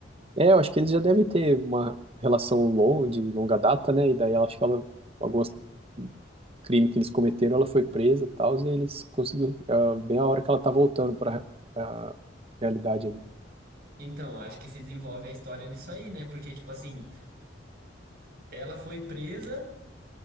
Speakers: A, on the right; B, on the right.
A: É, eu acho que eles já devem ter uma relação longa, de longa data, né? E daí eu acho que ela, alguns crime que eles cometeram, ela foi presa e tal, e eles conseguiram, ah, bem a hora que ela tá voltando para a realidade ali.
B: Então, acho que se desenvolve a história nisso aí, né? Porque, tipo assim, ela foi presa.